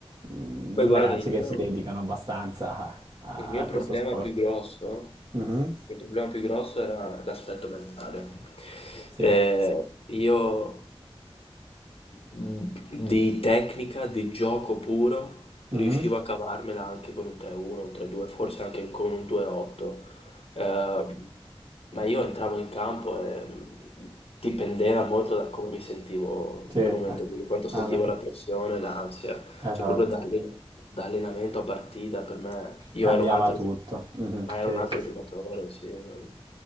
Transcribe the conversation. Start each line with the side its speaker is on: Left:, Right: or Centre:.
Right: mh,
Left: Beh, guarda,
Right: ragazzi
Left: il
Right: che
Left: mio...
Right: si dedicano abbastanza a, a-
Left: Il mio
Right: a
Left: problema
Right: questo sport.
Left: più grosso,
Right: Mhm,
Left: il mio problema più grosso era l'aspetto mentale.
Right: Sì,
Left: Eh, io mh, di tecnica, di gioco puro, riuscivo
Right: mhm,
Left: a cavarmela anche con un 3-1, un 3-2, forse anche con un 2-8. Eh, ma io entravo in campo e mh, dipendeva molto da come mi sentivo
Right: Sì,
Left: in
Right: eh,
Left: quel momento lì, quanto sentivo
Right: alla fine.
Left: la pressione, l'ansia.
Right: Esatto,
Left: Cioè proprio da, allen- da allenamento a partita per me, io
Right: cambiava
Left: ero un altro,
Right: tutto.
Left: gio-
Right: Mhm,
Left: ma era
Right: Sì,
Left: un altro
Right: sì, sì.
Left: giocatore, sì, non-